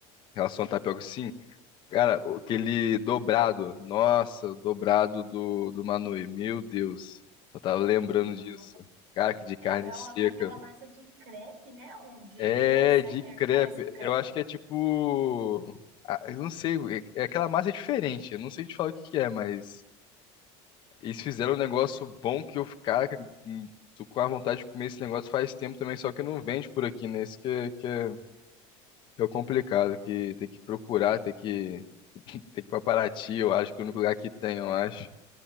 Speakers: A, on the left; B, on the right.
A: em relação a tapioca, sim. Cara, o- aquele dobrado, nossa, o dobrado do, do Manui, meu Deus, eu tava lembrando
B: Aham.
A: disso. Cara, que de carne
B: É, é
A: seca.
B: uma- aquela massa de crepe, né? Ou de,
A: É,
B: não sei,
A: de
B: é-
A: crepe,
B: parece um crepe.
A: eu acho que é tipo, ah, eu não sei, é é aquela massa diferente, eu não sei te falar o que que é, mas... Eles fizeram um negócio bom que eu, cara, que- hum, tô com a vontade de comer esse negócio faz tempo também, só que não vende por aqui, né? Isso que, é- que, é, que é o complicado, que tem que procurar, tem que, <laughs> tem que ir pra Paraty, eu acho que é o único lugar que tem, eu acho.